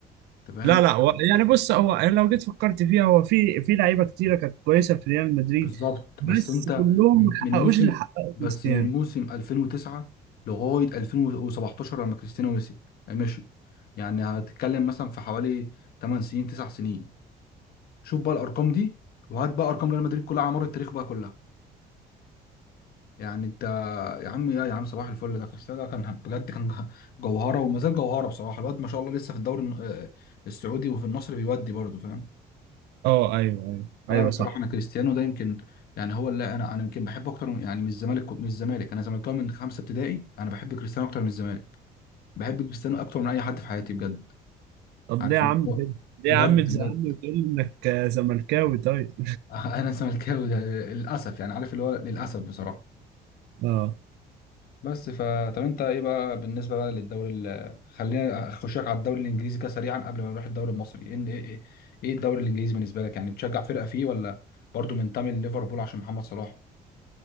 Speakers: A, on the left; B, on the right.
A: انت فاهم
B: لا لا هو يعني بص هو لو جيت فكرت فيها هو في في لعيبه كتيره كانت كويسه في ريال مدريد
A: بالظبط
B: بس
A: بس انت
B: كلهم
A: من
B: ما حققوش
A: من موسم
B: اللي حققه
A: بس
B: كريستيانو
A: من موسم 2009 لغايه 2017 لما كريستيانو مشي مشي يعني هتتكلم مثلا في حوالي 8 سنين 9 سنين شوف بقى الارقام دي وهات بقى ارقام ريال مدريد كلها على مر التاريخ بقى كلها يعني انت يا عم يا يا عم صباح الفل ده كريستيانو ده كان بجد كان جه- جوهره وما زال جوهره بصراحه الواد ما شاء الله لسه في الدوري الن- آه، السعودي وفي النصر بيودي برضه فاهم
B: اه ايوه ايوه
A: لا
B: ايوه
A: بصراحه
B: صح
A: انا كريستيانو ده يمكن يعني هو اللي انا انا يمكن بحبه اكتر من- يعني من الزمالك من الزمالك انا زملكاوي من خمسه ابتدائي انا بحب كريستيانو اكتر من الزمالك بحب كريستيانو اكتر من اي حد في حياتي بجد
B: طب
A: عارف
B: ليه يا
A: اللي
B: عم
A: هو
B: كده ليه
A: بجد
B: يا عم تزعلني
A: بجد
B: وتقول لي انك زملكاوي طيب
A: <laughs> انا زملكاوي ده للاسف يعني عارف اللي هو للاسف بصراحه
B: اه
A: بس ف طب انت ايه بقى بالنسبه بقى للدوري ال... خلينا اخشك على الدوري الانجليزي كده سريعا قبل ما نروح الدوري المصري ايه ايه ايه ايه الدوري الانجليزي بالنسبه لك يعني بتشجع فرقه فيه ولا برضو منتمي لليفربول عشان محمد صلاح